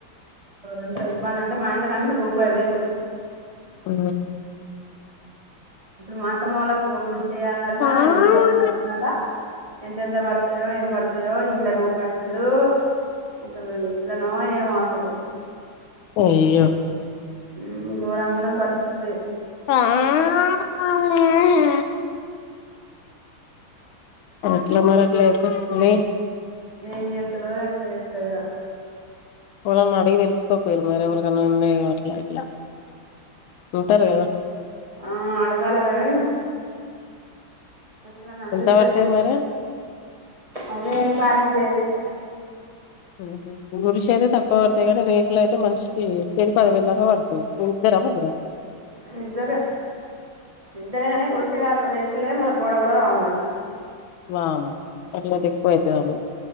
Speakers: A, on the right (about 20°); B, on the left (about 85°).
A: ఎంత ఇబ్బంద అంటే మా ఇంట్లో కనీసం రూపాయి లేదు
B: ఊ
A: ఇప్పుడు మాతమ్మొళ్ళకు గుడి చేయాల్నన్నాంట
B: మ్మ్
A: ఇల్లులూ <unintelligible> ఎంతెంత బడతయో ఏం బడ్ తయో ఇంట్ల రూపాయి లేదూ అసలు ఎట్లనో ఏమో అసలు
B: అయ్యో
A: ఊ ఘోరంగున్నది పరిస్థితి
B: ఆ ఎట్లా మరట్లైతే లే
A: ఏం జేస్తడో ఎట్లా జేస్తడో ఈగా
B: వాళ్ళని అడిగి తెలుసుకోపోయిరు మరి ఎవాళ్ళికన్నా ఉన్నాయె అట్లా ఇట్లా ఉంటారు కదా
A: ఆ అడగాలె గనీ అసలు నన్
B: ఎంత పడతాయి
A: <unintelligible>
B: మరి
A: అదే ఏం క్లారిటీ లేదిం స
B: ఊహు గుడిషైతే తక్కువ పడతాయి గానీ రేకులైతే మనిషికి షెరీ పదివేలదాక బాడతాయి మీరిద్దరా ముగ్గురా
A: ఇద్దరే ఇద్దరే గనీ గుడిసె గాదు రేకు కుల్లె మళ్ళ గోడ కూడా కావల్నట
B: వామొ అట్లైతే ఎక్కువైతదమో